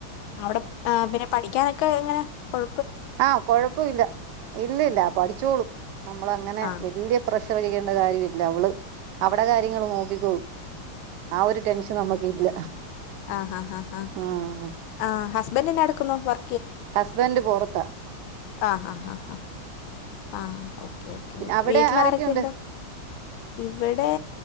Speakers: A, on the left; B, on the right.
A: അവിടെ ആ പിന്നെ പഠിക്കാനൊക്കെ എങ്ങനാ കുഴ
B: ആ കൊഴപ്പുല്ല ഇല്ലില്ല പഠിച്ചോളും നമ്മളങ്ങനെ
A: ആഹ്
B: വലിയ പ്രഷറടിക്കേണ്ട കാര്യമില്ല അവള് അവടെ കാര്യങ്ങള് നോക്കിക്കോളും ആ ഒരു ടെൻഷൻ നമ്മക്കില്ല
A: ആ ഹാ ആ ഹാ
B: ഉം
A: ആ ഹസ്ബൻഡ് എന്നടുക്കുന്നു വർ
B: ഹസ്ബൻഡ് പുറത്താ
A: ആ ഹാ ഹാ ഹാ ആ ഓ ഓക്കേ ഓക്കേ
B: പിന്നെ അവിടെ
A: വീട്ടിൽ
B: ആരൊക്കെയുണ്ട്
A: ആരൊക്കെയിണ്ട് ഇവിടെ